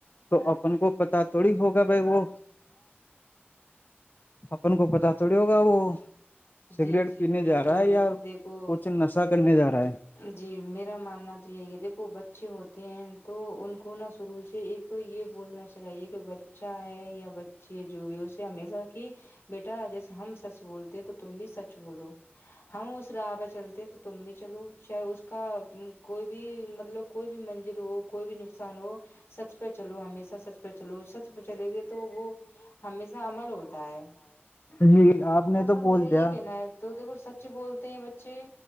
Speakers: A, on the left; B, on the left.
A: تو اپن کو پتا تھوڑی ہوگا بھائی وہ اپن کو پتہ تھوڑی ہو گا وہ سگریٹ
B: جی جی
A: پینے
B: بالکل
A: جا رہا ہے یا
B: دیکھو
A: کچھ نشہ کرنے جا رہا ہے
B: جی میرا ماننا تو یہی ہے دیکھو بچے ہوتے ہیں تو ان کو نا شروع سے ایک تو یہ بولنا چاہیے کہ بچہ ہے یا بچی ہے جو بھی اسے ہمیشہ کی بیٹا جیسے ہم سچ بولتے ہیں تو تم بھی سچ بولو ہم اس راہ پہ چلتے ہیں تو تم بھی چلو شاہ اس کا کوئی بھی مطلب کوئی بھی منزل ہو کوئی بھی نقصان ہو سچ پہ چلو ہمیشہ سچ پہ چلو سچ پہ چلیں گے تو وہ ہمیشہ عمل ہوتا ہے
A: جی آپ نے تو
B: میرا
A: بول
B: یہ
A: دیا
B: کہنا ہے تو دیکھو سچ بولتے ہیں بچے